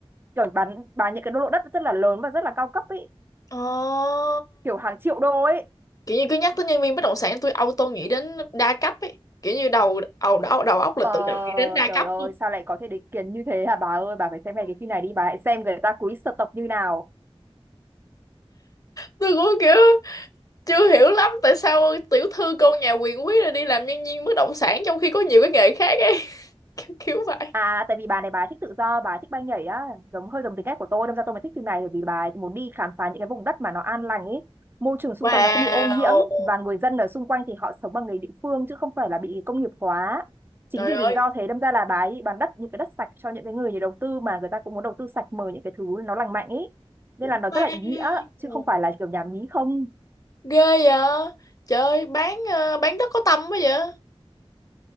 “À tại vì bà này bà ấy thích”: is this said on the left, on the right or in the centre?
Right